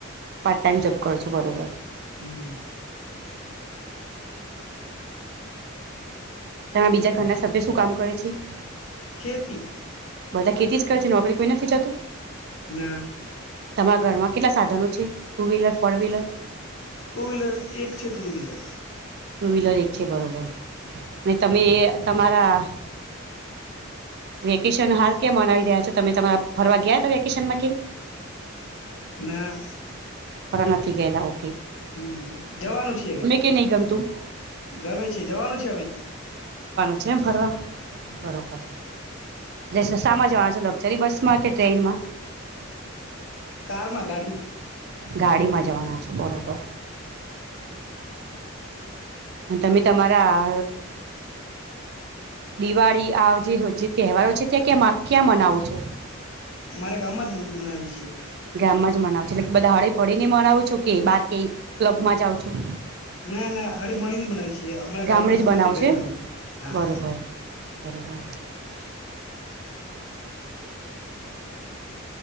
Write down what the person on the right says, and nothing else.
પાર્ટ ટાઈમ જોબ કરો છો, બરોબર.
તમે બીજા ઘરના સભ્ય શું કામ કરે છે?
બધા ખેતી જ કરે છે, નોકરી કોઈ નથી જાતું?
તમારા ઘરમાં કેટલા સાધનો છે? Two wheeler, four વ્હીલર?
ટુ વ્હીલર એક છે બરોબર. વે તમે એ તમારા વેકેશન હાલ ક્યાં મનાવી રહ્યા છો, તમે તમારા ફરવા ગયા થા વેકેશનમાં કઈ?
ફેરવે નથી ગયેલા હો.
કે નહીં ગમતું
જેમ ફરવા બરોબર. એટલે સ-સામા જવાના છો, લક્ઝરી બસ માં કે ટ્રેનમાં?
ગાડીમાં જવાના. છો બરોબર. તમે તમારા દિવાળી આ જે તે જે તહેવારો છે તે ક્યાં મા ક્યાં મનાવો છો
ગામમાં જ મનાવ છો એટલે બધા હળી ભળીને મનાવું છો કે બાર કે ક્લબમાં જાઓ છો?
ગામડે
જ બનાવો
છો એમ
બરોબર <unintelligible>